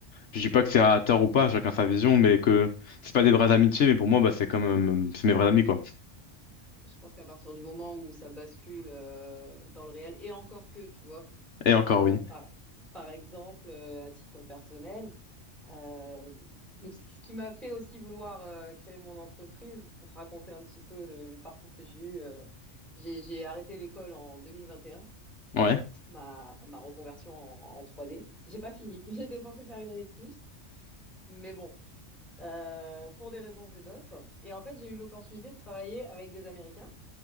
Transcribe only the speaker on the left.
je dis pas que c'est à tort ou pas, chacun sa vision, mais que c'est pas des vraies amitiés, mais pour moi, bah, c'est comme... euh, c'est mes vrais amis, quoi.
Et encore,
oui.
Ouais,